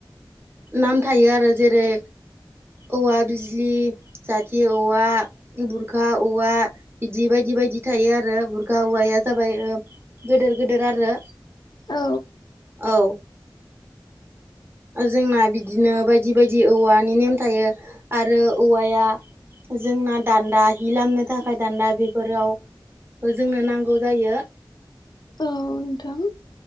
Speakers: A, on the right; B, on the left.
A: नाम थायो आरो जेरै औवा बिजलि जाथि औवा बुरखा औवा बिदि बायदि बायदि थायो आरो बुरखा औवाया जाबाय गेदेर गेदेर आरो
B: औ
A: औ जोंना बिदिनो बायदि बायदि औवानि नेम थायो आरो औवाया जोंना दान्दा हि लामनो थाखाय दान्दा बेफोराव जोंनो नांगौ जायो।
B: औ नोंथां।